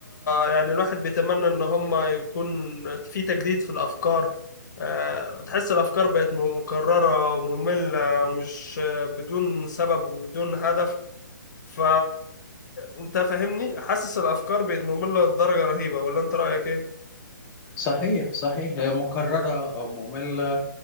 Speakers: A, on the left; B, on the left.
A: يعني الواحد بيتمنى ان هم يكون في تجديد في الافكار آه، تحس الافكار بقت م- مكرره وممله ومش آه، بدون سبب وبدون هدف ف انت فاهمني حاسس الافكار بقت ممله لدرجه رهيبه ولا انت رايك ايه
B: صحيح صحيح مكررة أو مملة